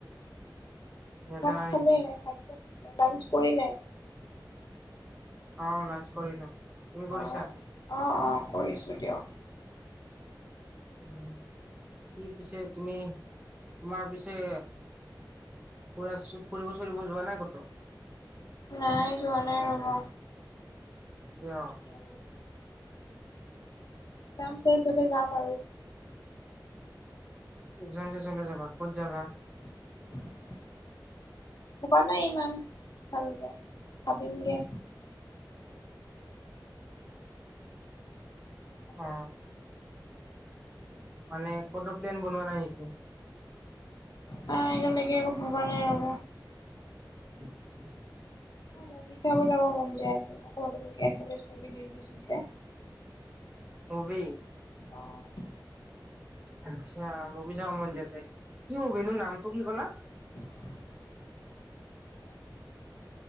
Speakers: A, on the right; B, on the left.
A: নেজানা
B: ভাত
A: নেকি
B: খালে ভাত চাত লাঞ্চ কৰিলে?
A: অ', লাঞ্চ কৰিলো। তুমি কৰিছা
B: অ', অ, অ, কৰিছো দিয়ক।
A: <unintelligible> পিছে তুমি তোমাৰ পিছে <unintelligible> ফৰিব চুৰিব যোৱা নাই কতো?
B: নাই। যোৱা নাই, ৰ'ব।
A: কিয়?
B: <unintelligible> যাম চাই চবে যাম আৰু
A: <inaudible> চলে যাবা ক'ত যাবা?
B: <unintelligible> ভবা নাই ইমান ভালকে ভাবিম দিয়া। আপুনি
A: অ মানে কটো প্লেন বনোৱা নাই নেকি?
B: নাই তেনেকে একো ভবা নাই ৰ'ব।
A: <inaudible>
B: মুভি চাব যাব মন গৈ আছে। নতুনকে আছামিছ ৰিলিছ হৈছে।
A: মুভি।
B: অ',
A: আচ্ছা, মুভি চাব মন গৈছে কি মুভি নো নামটো কি কলা?
B: <inaudible>